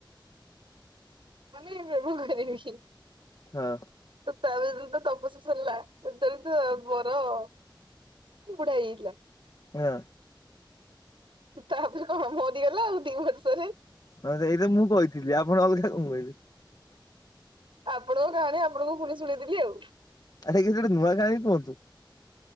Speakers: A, on the right; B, on the left.
A: <unintelligible>
B: ହଁ
A: <unintelligible> <unintelligible>
B: ହଁ।
A: ତାପରେ କଣ ମରିଗଲା ଆଉ ଦି ବର୍ଷରେ
B: ହଁ ସେଇତ ମୁଁ କହିଥିଲି ଆପଣ ଅଲଗା କଣ କହିଲେ।
A: ଆପଣଙ୍କ କାହାଣୀ ଆପଣଙ୍କୁ ପୁଣି ଶୁଣେଇ ଦେଲି ଆଉ।
B: ଆରେ କିଛି ଗୋଟେ ନୂଆ କାହାଣୀ କୁହନ୍ତୁ।